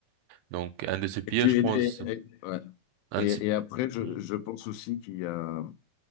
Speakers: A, on the right (about 80°); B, on the left (about 80°).
A: Donc un de ces pays,
B: Et, tu-
A: je
B: et-
A: pense,
B: et- et- ouais.
A: un
B: Et-
A: de ces...
B: et après, je,
A: Mhm,
B: je pense aussi qu'il y a,